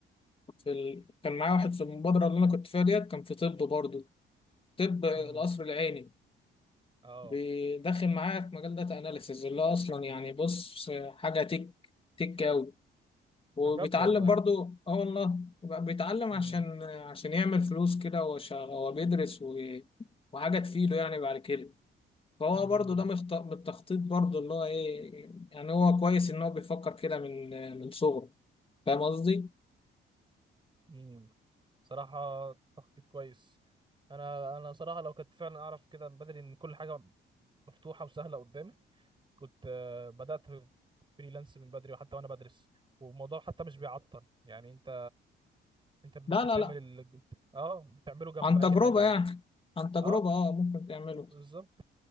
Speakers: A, on the left; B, on the right.
A: في ال... كان معايا واحد في المبادره اللي انا كنت فيها ديت كان في طب برضه طب القصر
B: امم
A: العيني
B: اه
A: بداخل معايا في مجال داتا اناليسز اللي هو اصلا يعني بص حاجه تك تك قوي وبيتعلم
B: بجد والله
A: برضو اه والله يبقى بيتعلم
B: امم
A: عشان عشان يعمل فلوس كده هو شا- هو بيدرس و... وحاجه تفيده يعني بعد كده فهو
B: امم
A: برضو ده مخت... من التخطيط برضو اللي هو ايه يعني هو كويس ان هو بيفكر كده من من صغره فاهم قصدي؟
B: امم صراحة تخطيط كويس انا انا صراحة لو كنت فعلا اعرف كده من بدري ان كل حاجة مفتوحة وسهلة قدامي كنت آه، بدأت في فريلانس من بدري وحتى وانا بدرس والموضوع حتى مش بيعطل يعني انت انت ممكن
A: لا لا
B: تعمل
A: لا
B: ال... اه بتعمله جنب
A: عن
B: اي
A: تجربه
B: حاجة يعني
A: يعني عن تجربه
B: اه
A: اه ممكن تعمله
B: بالظبط